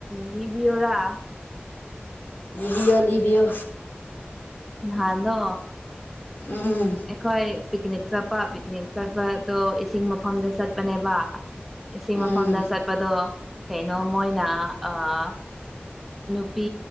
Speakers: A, in the centre; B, on the left.
A: ꯂꯤꯕꯤꯌꯣꯔꯥ
B: ꯂꯤꯕꯤꯌꯣ ꯂꯤꯕꯤꯌꯣ
A: ꯅꯍꯥꯟꯗꯣ
B: ꯎꯝ
A: ꯑꯩꯈꯣꯏ ꯄꯤꯀꯤꯅꯤꯛ ꯆꯠꯄ ꯄꯤꯀꯤꯅꯤꯛ ꯆꯠꯄꯗꯣ ꯏꯁꯤꯡ ꯃꯐꯝꯗ ꯆꯠꯄꯅꯦꯕ ꯏꯁꯤꯡ
B: ꯎꯝ
A: ꯃꯐꯝꯗ ꯆꯠꯄꯗꯣ ꯀꯩꯅꯣ ꯃꯣꯏꯅ ꯑꯥ ꯅꯨꯄꯤ